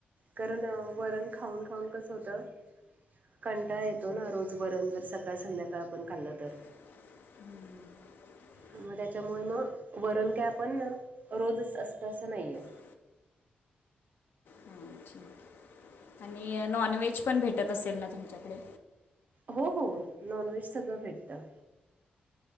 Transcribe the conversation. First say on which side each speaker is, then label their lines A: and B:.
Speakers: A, on the right; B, on the left.
A: कारण वरण खाऊन खाऊन कसं होतं. कंटाळा येतो ना रोज वरण जर सकाळ संध्याकाळ आपण खाल्लं तर
B: <inaudible> हम्म
A: मग त्याच्यामुळे मग वरण काय आपण रोजच असतं असं नाहीये
B: <inaudible> हं ठीकय आणि नॉन व्हेज पण भेटत असेल ना तुमच्याकडे?
A: हो हो नॉनव्हेज सगळं भेटतं.